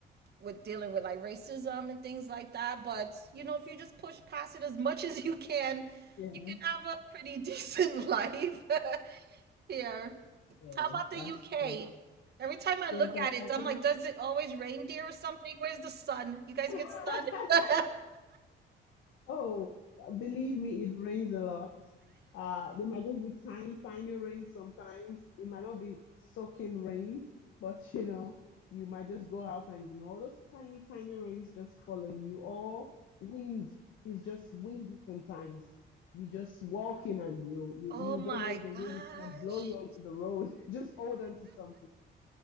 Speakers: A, on the right (about 55°); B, on the left (about 85°).
A: with dealing with like racism and things like that. But you know, if you just push past it as much <laughs> as you can,
B: Yeah.
A: you can have a pretty decent <laughs> life <laughs> here.
B: Yeah.
A: How about the
B: That's
A: UK?
B: true.
A: Every time I
B: Yes,
A: look
B: I,
A: at it,
B: I
A: I'm
B: think.
A: like, does it always reindeer or something? Where's the sun? You guys
B: <laughs>
A: get sun? <laughs>
B: Oh, believe me, it rains a lot. Uh, there might just be tiny, tiny rain sometimes. It might not be soaking rain, but you know, you might just go out and you know, all those tiny, tiny rains just following you. Or wind is just windy sometimes. You just walking and you you
A: oh
B: you
A: my
B: don't know if the wind
A: gosh.
B: is gonna blow you onto the road. <laughs> Just hold on to something